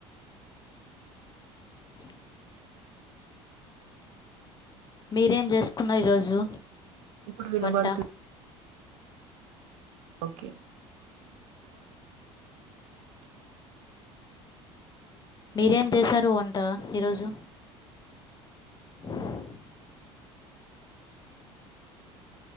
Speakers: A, on the left; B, on the right.
A: చుం మీరేం చేసుకున్న ఈరోజు
B: ఇప్పుడు వినబడుతుంది
A: వంట.
B: ఓకే ఆ
A: మీరేం చేశారు వంట ఈరోజు ఉఫ్